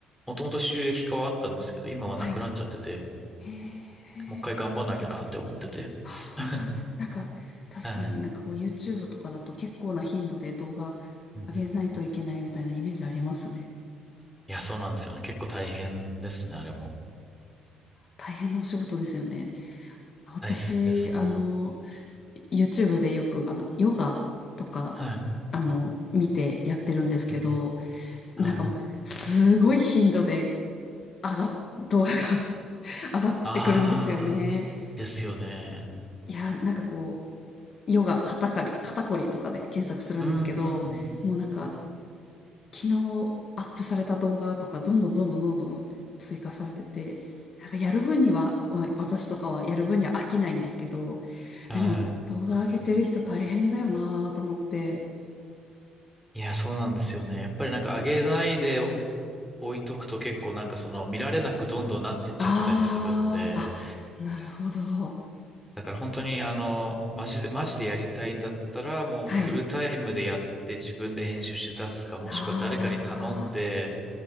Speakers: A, in the centre; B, on the left (about 35°).
A: もともと収益化はあったんですけど、今はなくなっちゃってて、
B: はい。へえ。
A: もう一回頑張んなきゃなって思ってて。
B: あ、そうなんです。
A: <laughs>
B: なんか、確かになんかこう
A: はい。
B: YouTube とかだと結構な頻度で動画上げないといけないみたいなイメージありますね。
A: うんいや、そうなんですよね。結構大変ですね、あれも。
B: 大変なお仕事ですよね。私、
A: 大変ですね。
B: あの、YouTube でよくあの、ヨガとか、
A: はい。
B: あの、見てやってるんですけど、
A: うん。はい。
B: なんかもう、すごい頻度で上が、<laughs> 動画が <laughs> 上がってくるんですよね。
A: ああ、ですよね。
B: いや、なんかこう、ヨガ、肩刈り、肩こりとかで検索するんですけど、
A: うん。
B: もうなんか、昨日アップされた動画とか、どんどんどんどんどんどん追加されてて、なんかやる分には、わ私とかはやる分には飽きないんですけど、
A: はい。
B: でも動画上げてる人大変だよなと思って、
A: いや、そうなんですよね。やっぱりなんか上げないでお置いとくと結構なんかその見られなくどんどんなってっちゃったりするんで、
B: ああー、あ、なるほど。
A: だから本当にあの、マジで、マジでやりたいんだったら、もうフルタイムでやって自分で編集して出すか、
B: はい。
A: もしくは誰かに頼んで、
B: あ